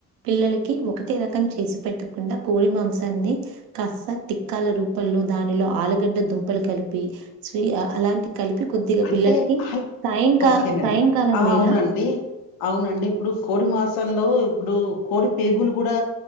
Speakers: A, on the right; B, on the left.
A: పిల్లలకి ఒకటే రకం చేసి పెట్టకుండా కోడి మాంసాన్ని కాస్ స టిక్కాల రూపంలో దానిలో ఆలుగడ్డ దుంపలు కలిపి స్వి అలాంటి కలిపి కొద్దిగా
B: అంటే
A: పిల్లలకి
B: ఆ
A: సాయంకాల
B: ఓకేనండి.
A: సాయంకాలం
B: ఆ!
A: వేళ
B: అవునండి. అవునండి ఇప్పుడు కోడి మాం సంలో ఇప్పుడు కోడి పేగులు కూడా